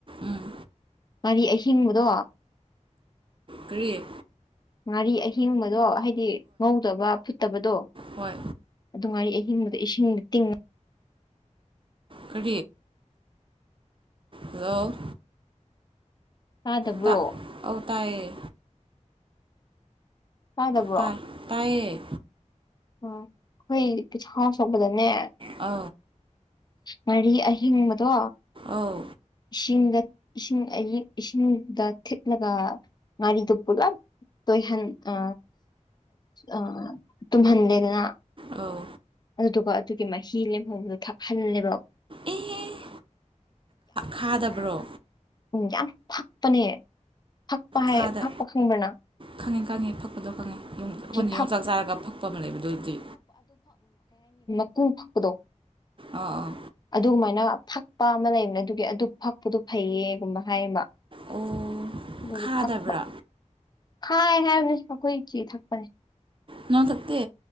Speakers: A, on the right; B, on the left.
A: ꯎꯝ
B: ꯃꯔꯤ ꯑꯍꯤꯡꯕꯗꯣ
A: ꯀꯦ
B: ꯉꯥꯔꯤ ꯑꯍꯤꯡꯕꯗꯣ ꯍꯥꯏꯗꯤ ꯉꯧꯗꯕ ꯐꯨꯠꯇꯕꯗꯣ
A: ꯍꯣꯏ
B: ꯑꯗꯨ ꯉꯥꯔꯤ ꯑꯍꯤꯡ ꯤꯡ ꯏꯁꯤꯡ ꯇꯤꯡ
A: ꯀ ꯍꯜꯂꯣ
B: ꯇꯥꯗꯕ꯭ꯔꯣ
A: ꯇꯥꯛ ꯑꯇꯥꯥꯏꯌꯦ
B: ꯇꯥꯗꯕ꯭ꯔꯣ
A: ꯇ ꯇꯥꯏꯌꯦ
B: ꯑꯣ ꯑꯩꯈꯣꯏꯆꯍꯥꯎ ꯁꯄꯗꯅꯦ
A: ꯑ
B: ꯃꯔꯤ ꯑꯍꯤꯡꯕꯗꯣ
A: ꯑꯧ
B: ꯏꯁꯤꯡꯗ ꯏꯁꯤꯡ ꯑ ꯏꯁꯤꯡꯗ ꯊꯤꯠꯂꯒ ꯉꯥꯔꯤꯗꯣ ꯄꯨꯂꯞ ꯇꯍꯟ ꯑ ꯑ ꯇꯨꯝꯍꯟꯗꯦꯅ
A: ꯑꯧ
B: ꯑꯗꯨꯗꯨꯒ ꯑꯗꯨꯒꯤ ꯃꯍꯤ ꯂꯦꯝꯍꯣꯡꯧꯕꯗꯣ ꯊꯛꯍꯜꯂꯦꯕ
A: ꯑꯦꯍꯦ ꯈꯥꯗꯕ꯭ꯔꯣ
B: ꯎꯝ ꯌꯥꯝ ꯐꯛꯄꯅꯦ ꯐꯛꯄ ꯍꯥꯏ
A: ꯈꯥꯗ
B: ꯐꯛꯄ ꯈꯪꯕ꯭ꯔꯅ
A: ꯈꯪꯉꯦ ꯈꯪꯉꯤ ꯐꯛꯄꯗꯣ ꯈꯪꯉꯦ ꯍꯣꯟ
B: ꯐꯛ
A: ꯌꯣꯡꯆꯥꯛ ꯆꯥꯔꯒ ꯐꯛꯄ ꯑꯃ ꯂꯩꯕꯗꯨꯗꯤ
B: ꯃꯄꯨꯡ ꯐꯛꯄꯗꯣ
A: ꯑꯥ ꯑꯥ
B: ꯑꯗꯨꯃꯥꯏꯅ ꯊꯛꯄ ꯑꯃ ꯂꯩꯕꯅꯦ ꯑꯗꯨꯒꯤ ꯑꯗꯨ ꯐꯛꯄꯗꯨꯣ ꯐꯩꯌꯦꯒꯨꯝꯕ ꯍꯥꯏꯌꯦꯃ
A: ꯑꯣ
B: ꯗꯒꯤ
A: ꯈꯥꯗꯕ꯭ꯔꯥ
B: ꯊꯛꯄ ꯍꯥꯏ ꯍꯥꯏꯕꯅꯤ ꯑꯩꯈꯣꯏ ꯆꯦ ꯊꯛꯄꯅꯦ
A: ꯅꯅꯥꯪ ꯁꯛꯇ